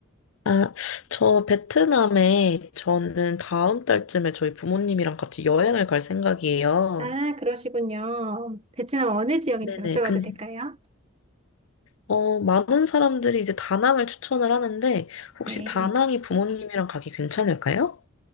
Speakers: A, on the left; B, on the right.
A: 아, 저 베트남에 저는 다음 달쯤에 저희 부모님이랑 같이 여행을 갈 생각이에요.
B: 아, 그러시군요. 베트남 어느 지역인지
A: 네네.
B: 여쭤봐도
A: 근,
B: 될까요?
A: 어, 많은 사람들이 이제 다낭을 추천을 하는데, 혹시
B: 네.
A: 다낭이 부모님이랑 가기 괜찮을까요?